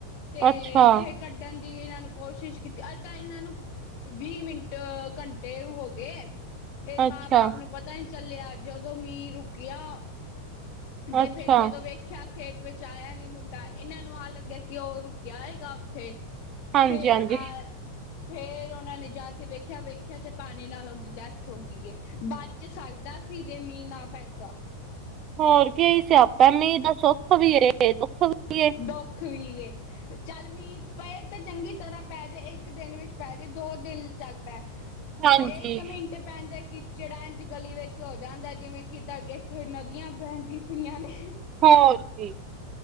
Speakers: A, on the left; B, on the right.
A: ਤੇ
B: ਅੱਛਾ
A: ਫੇਰ ਕੱਢਣ ਦੀ ਇਹਨਾਂ ਨੂੰ ਕੋਸ਼ਿਸ਼ ਕੀਤੀ ਅੱ ਤਾਂ ਇਹਨਾਂ ਨੂੰ ਵੀਹ ਮਿੰਟ ਘੰਟੇ ਹੋ ਗੇ। ਇਹ ਮਾਂ
B: ਅੱਛਾ।
A: ਬਾਪ ਨੂੰ ਪਤਾ ਹੀ ਨਹੀਂ ਚੱਲਿਆ ਜਦੋਂ ਮੀਂਹ ਰੁਕਿਆ ਤੇ
B: ਅੱਛਾ
A: ਫੇਰ ਜਦੋਂ ਵੇਖਿਆ ਖੇਤ ਵਿੱਚ ਆਇਆ ਨੀ ਮੁੰਡਾ ਇਹਨਾਂ ਨੂੰ ਆ ਲੱਗਿਆ ਕਿ ਉਹ ਰੁਕਿਆ ਹੈਏਗਾ ਉੱਥੇ।
B: ਹਾਂਜੀ
A: ਫੇਰ
B: ਹਾਂਜੀ।
A: ਆ ਫੇਰ ਉਹਨਾ ਨੇ ਜਾ ਕੇ ਵੇਖਿਆ-ਵੇਖਿਆ ਤੇ ਪਾਣੀ ਨਾਲ ਉਹਦੀ ਡੈਥ ਹੋ ਗਈ ਹੈ ਬ ਚ ਸਰਦਾ ਸੀ ਜੇ ਮੀਂਹ ਨਾ ਪੈਂਦਾ।
B: ਹੋਰ ਕੀ ਸਿਆਪਾ ਮੀਂਹ ਦਾ ਸੁੱਖ ਵੀ ਦੁੱਖ ਵੀ ਏ।
A: ਦੁੱਖ ਵੀ ਹੈ। ਚੱਲ ਮੀਂਹ ਪਏ ਤੇ ਚੰਗੀ ਤਰ੍ਹਾਂ ਪੈ ਜੇ ਇੱਕ ਦਿਨ ਵਿੱਚ ਪੈ ਜੇ ਦੋ ਦਿਨ ਚੱਲ ਪੈ।
B: ਹਾਂਜੀ
A: ਇੱਕ ਮਿੰਟ ਪੈਂਦਾ ਕਿ ਕਿਚੜ ਏਂਜ ਗਲੀ ਵਿੱਚ ਹੋ ਜਾਂਦਾ ਜਿਵੇਂ ਕਿ ਤੁਹਾਡੇ ਇੱਥੇ ਨਦੀਆਂ ਬਹਿੰਦੀਆਂ ਪਈਆਂ ਨੇ।
B: ਹੋਰ ਕੀ।